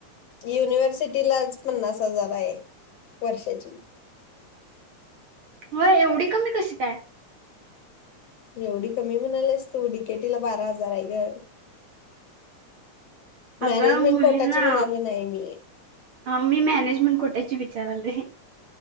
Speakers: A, on the left (about 60°); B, on the right (about 50°).
A: युनिव्हर्सिटीलाच पन्नास हजार आहे वर्षाची.
B: व्हय एवढी कमी कशी काय?
A: एवढी कमी म्हणालीस तु डीकेटीला बारा हजार आहे ग. मॅनेजमेंट
B: अगं मुलीना
A: कोटाची म्हणालो नाही मी
B: मी मॅनेजमेंट कोट्याची विचाराले.